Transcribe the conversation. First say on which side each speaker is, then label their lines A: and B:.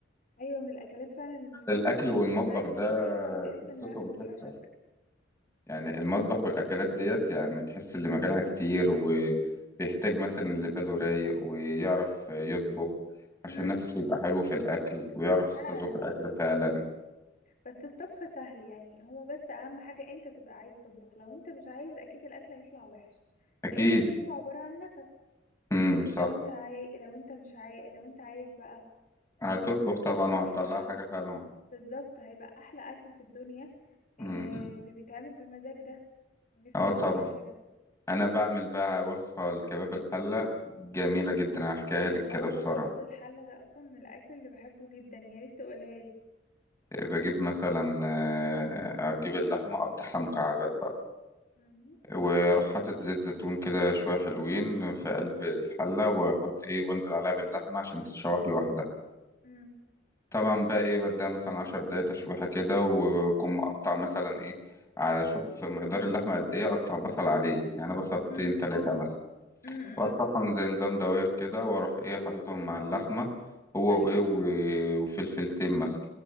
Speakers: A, on the left; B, on the left.
A: ايوه من الاكلات فعلا المختلفه
B: الاكل
A: اللي مش
B: والمطبخ
A: بتتعمل
B: ده
A: كتير فبتحس
B: قصتهم
A: انها بتوحشك
B: قصه يعني المطبخ والأكلات ديت يعني تحس اللي مجالها كتير وبيحتاج مثلا اللي باله رايق ويعرف يطبخ عشان
A: امم
B: نفسه يبقى حلو في الأكل ويعرف
A: فعلا
B: يستذوق الأكل فعلا
A: بس الطبخ سهل يعني هو بس اهم حاجه انت تبقى عايز تطبخ لو انت مش عايز اكيد الاكل هيطلع وحش
B: أكيد
A: لان الطبخ عباره عن نفس
B: امم
A: لكن
B: صح
A: لو انت عاي... لو انت مش عاي... لو انت عايز بقى
B: هتطبخ
A: لا
B: طبعا
A: طبعا
B: وهتطلع
A: هيبقى
B: حاجة حلوة
A: بالظبط هيبقى احلى اكل في الدنيا إيه
B: امم
A: اللي بيتعمل بمزاج ده ونفسي
B: اه طبعا
A: راضية كده
B: أنا بعمل بقى وصفة الكباب الحلة جميلة جدا هحكيها
A: الله
B: لك كده بسرعة
A: كباب الحلة ده اصلا من الاكل اللي بحبه جدا يا ريت تقولها لي
B: بجيب مثلا آه، هجيب اللحمة أقطعها مكعبات بقى
A: مم.
B: واروح حاطط زيت زيتون كده شويه حلوين في قلب الحله واحط ايه وانزل عليها باللحمه عشان تتشوح لوحدها
A: مم.
B: طبعا بقى ايه بديها مثلا عشر دقايق تشويحه كده واكون مقطع مثلا ايه على شوف مقدار اللحمه قد ايه اقطع بصل عليه يعني بصلتين
A: مم.
B: تلاتة مثلا
A: مم.
B: واقطعهم زي نظام دواير كده واروح ايه حاططهم مع اللحمه هو
A: ايوه
B: وايه و- وفلفلتين مثلا